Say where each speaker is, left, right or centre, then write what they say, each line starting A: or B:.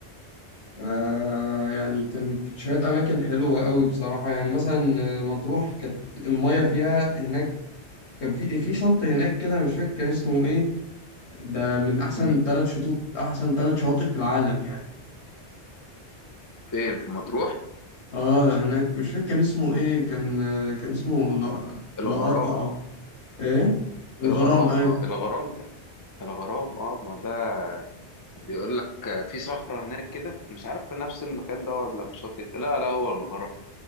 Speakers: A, on the left (about 70°); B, on the left (about 25°).
A: آه يعني كان كانت شوية أماكن حلوة قوي بصراحة يعني مثلا آه، مطروح كانت المية فيها هناك كان في في شط هناك كده مش فاكر كان اسمه ايه ده من أحسن
B: مم.
A: ثلاث شطوط أحسن ثلاث شواطئ في العالم يعني
B: فين في مطروح؟
A: اه هناك مش فاكر كان اسمه ايه كان آه، كان اسمه لا
B: الغرام
A: لقاقع ايه الغرام
B: الغرام
A: ايوه
B: أه الغرام ت- الغرام أه ما ده بيقول لك آه، في صخرة هناك كده مش عارف في نفس المكان ده ولا في شاطئ لا لا هو الغرام